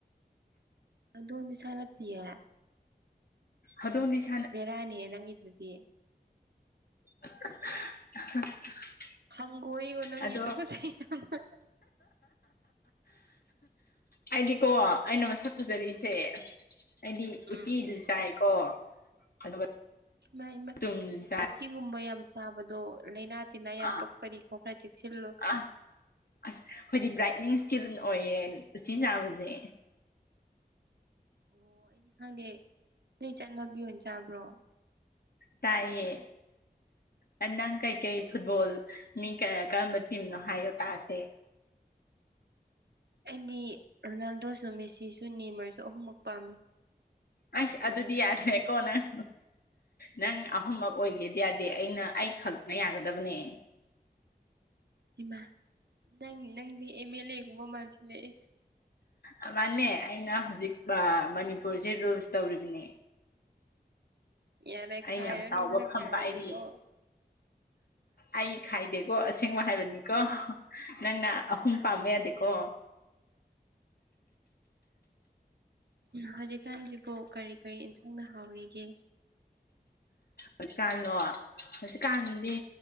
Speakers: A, on the right (about 85°); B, on the left (about 70°).
A: ꯑꯗꯨꯗꯤ ꯁꯥ ꯅꯠꯇꯤꯌꯦ
B: ꯑꯗꯨ <inaudible>
A: ꯕꯦꯔꯥꯅꯤꯍꯦ ꯅꯪꯒꯤꯗꯨꯗꯤ
B: <inaudible>
A: ꯍꯪꯒꯣꯏꯉꯣ ꯅꯪꯒꯤ
B: ꯑꯗꯣ
A: ꯇꯨꯀꯠꯆꯩ ꯌꯥꯝꯅ
B: ꯑꯩꯗꯤꯀꯣ ꯑꯩꯅ ꯃꯁꯛ ꯐꯖꯔꯤ <inaudible> ꯁꯦ ꯑꯩꯗꯤ
A: ꯎꯝ
B: ꯎꯆꯤꯁꯨ ꯆꯥꯏꯀꯣ ꯑꯗꯨꯒ
A: ꯏꯃꯥꯏ ꯏꯃꯥꯏ
B: ꯆꯨꯝꯗꯨꯁꯨ ꯆꯥꯏ
A: ꯎꯆꯤꯒꯨꯝꯕ ꯌꯥꯝ ꯆꯥꯕꯗꯣ ꯂꯩꯅꯥ ꯇꯤꯅꯥ ꯌꯥꯝ
B: ꯑꯥ
A: ꯄꯛꯄꯔꯤꯀꯣ ꯈꯥ ꯆꯦꯛꯁꯤꯜꯂꯣ
B: ꯑꯥ ꯑꯁ ꯈꯣꯏꯗꯤ ꯕ꯭ꯔꯥꯏꯠꯅꯤꯡ ꯁꯀꯤꯜ ꯑꯣꯏꯌꯦ ꯎꯆꯤ ꯆꯥꯕꯁꯦ
A: ꯑꯣ ꯑꯩꯗꯤ ꯈꯪꯗꯦ ꯅꯣꯏ ꯆꯠꯅꯕꯤ ꯑꯣꯏ ꯆꯥꯕ꯭ꯔꯣ
B: ꯆꯥꯏꯌꯦ ꯑꯥ ꯅꯪ ꯀꯩꯀꯩ ꯐꯨꯠꯕꯣꯜ ꯃꯤ ꯀꯌꯥ ꯀꯔꯝꯕ ꯇꯤꯝꯅꯣ ꯍꯥꯏꯌꯣ ꯇꯥꯁꯦ
A: ꯑꯩꯗꯤ ꯔꯣꯅꯥꯜꯗꯣꯁꯨ ꯃꯦꯁꯤꯁꯨ ꯅꯤꯃꯥꯔꯁꯨ ꯑꯍꯨꯝꯃꯛ ꯄꯥꯝꯃꯤ
B: ꯑꯩꯁ ꯑꯗꯨꯗꯤ ꯌꯥꯗ꯭ꯔꯦꯀꯣ ꯅꯪ ꯅꯪ ꯑꯍꯨꯝꯃꯛ ꯑꯣꯏꯒꯦꯗꯤ ꯌꯥꯗꯦ ꯑꯩꯅ ꯑꯩ ꯈꯛꯅ ꯌꯥꯒꯗꯕꯅꯦ
A: ꯏꯃꯥ ꯅꯪꯒꯤ ꯅꯪꯗꯤ ꯑꯦꯝ ꯑꯦꯜ ꯑꯦ ꯒꯨꯝꯕ ꯃꯥꯟꯁꯤꯜꯂꯛꯑꯦ
B: ꯑꯥ ꯃꯥꯅꯦ ꯑꯩꯅꯥ ꯍꯧꯖꯤꯛ ꯑꯥ ꯃꯅꯤꯄꯨꯔꯁꯦ ꯔꯨꯜꯁ ꯇꯧꯔꯤꯕꯅꯦ
A: ꯌꯥꯔꯦ
B: ꯑꯩ
A: ꯈꯥꯏꯔꯅꯨ
B: ꯌꯥꯝ ꯆꯥꯎꯕ
A: ꯈꯔ
B: ꯐꯝ
A: ꯈꯥꯏꯔꯗꯤꯀꯣ
B: ꯄꯥꯏꯔꯤ ꯑꯩ ꯈꯥꯏꯗꯦꯀꯣ ꯑꯁꯦꯡꯕ ꯍꯥꯏꯕꯅꯤꯀꯣ ꯅꯪꯅꯥ ꯑꯍꯨꯝ ꯄꯥꯝꯕ ꯌꯥꯗꯦꯀꯣ
A: ꯍꯧꯖꯤꯛꯀꯥꯟꯁꯤꯕꯨ ꯀꯔꯤ ꯀꯔꯤ ꯏꯟꯁꯥꯡꯅ ꯍꯥꯎꯔꯤꯒꯦ
B: ꯍꯧꯖꯤꯛꯀꯥꯟꯂꯣ ꯍꯧꯖꯤꯛꯀꯥꯟꯗꯤ